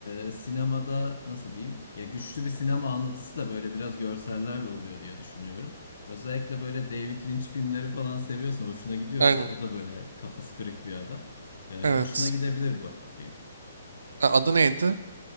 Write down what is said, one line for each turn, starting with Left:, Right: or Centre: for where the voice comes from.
Left: e, sinemada nasıl diyeyim? Ya güçlü bir sinema anlatısı da böyle biraz görsellerle oluyor diye düşünüyorum. Özellikle böyle David Lynch filmleri falan seviyorsan, hoşuna gidiyorsa
Right: Aynen.
Left: o da böyle kafası kırık bir adam. E,
Right: Evet.
Left: hoşuna gidebilir bak bu film.
Right: Ha, Adı neydi?